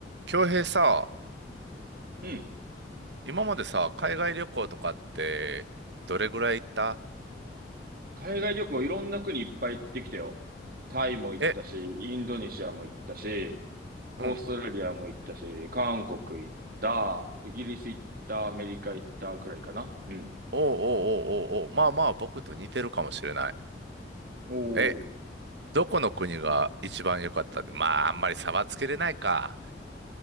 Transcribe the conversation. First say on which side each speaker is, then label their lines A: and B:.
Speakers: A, on the right (about 65°); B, on the right (about 50°).
A: 京平さ、
B: うん。
A: 今までさ、海外旅行とかって、どれぐらい行った
B: 海外旅行いろんな国いっぱい行ってきたよ。タイも行ったし、
A: え、
B: インドネシアも行ったし、オーストラリアも行ったし、
A: うん。
B: 韓国行った、イギリス行った、アメリカ行ったくらいかな。うん。
A: おうおうおうおうおうまあまあ、僕と似てるかもしれない。
B: おお、
A: え、どこの国が一番良かったって、まあ、あんまり差はつけれないか。